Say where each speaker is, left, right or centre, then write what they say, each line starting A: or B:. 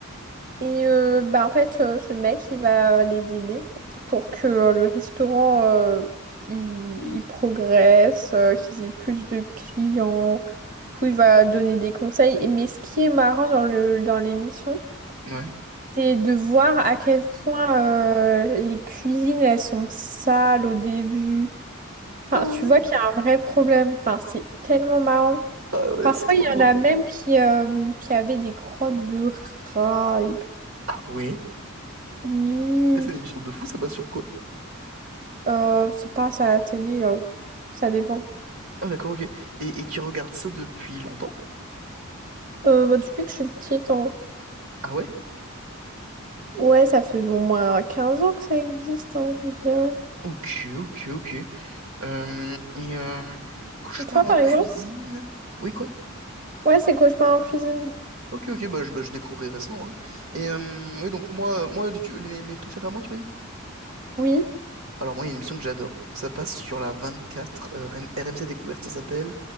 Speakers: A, on the right (about 40°); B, on the right (about 80°).
A: Et euh, bah en fait, euh, ce mec, il va euh, les aider pour que euh, le restaurant, euh, il, il progresse, euh, qu'ils aient plus de clients. Du coup, il va donner des conseils. Et- mais ce qui est marrant dans le, dans l'émission,
B: Ouais.
A: c'est de voir à quel point euh, les cuisines, elles sont sales au début. Enfin,
B: Ouais.
A: tu vois qu'il y a un vrai problème. Enfin, c'est tellement marrant.
B: Ah ouais,
A: Parfois,
B: c'est trop
A: il y
B: drôle.
A: en a même qui, euh, qui avaient des crottes de rats. et-
B: Ah ouais?
A: Oui.
B: C'est une émission de fou, ça passe sur quoi?
A: Euh, ça passe à la télé, euh, ça dépend.
B: Ah d'accord, ok. Et, et qui regarde ça depuis longtemps?
A: Euh, bah, depuis que je suis petite, hein.
B: Ah ouais?
A: Ouais, ça fait au moins 15 ans que ça existe, hein, je dirais.
B: Ok, ok, ok. Euh, et euh, Cauchemar
A: Toi,
B: en
A: par
B: cuisine?
A: exemple?
B: Oui, quoi?
A: Ouais, c'est Cauchemar en cuisine.
B: Ok, ok, bah je, bah, je découvrirai ça en vrai. Et euh, oui, donc moi, moi tu- les- mes, mes préférés à moi, tu veux dire?
A: Oui.
B: Alors moi, il y a une émission que j'adore. Ça passe sur la 24, euh, RM- C Découverte, ça s'appelle,